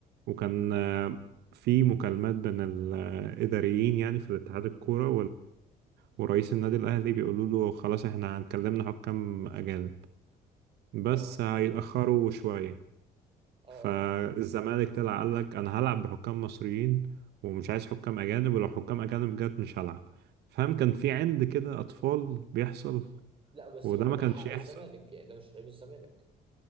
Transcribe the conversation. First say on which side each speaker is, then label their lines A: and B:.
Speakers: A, on the right (about 75°); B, on the right (about 30°).
A: وكان آه، في مكالمات بين الإداريين يعني في الاتحاد الكورة ورئيس النادي الأهلي بيقولوا له خلاص احنا هنكلمنا حكام أجانب بس
B: اه
A: هيتأخروا شوية
B: اه
A: فالزمالك طلع قال لك أنا هلعب بحكام مصريين ومش عايز حكام أجانب ولو حكام أجانب جت مش هلعب فاهم كان في عند كده أطفال بيحصل
B: لا بس
A: وده
B: هو
A: ما
B: ده
A: كانش
B: حق
A: يحصل
B: الزمالك يعني ده مش عيب الزمالك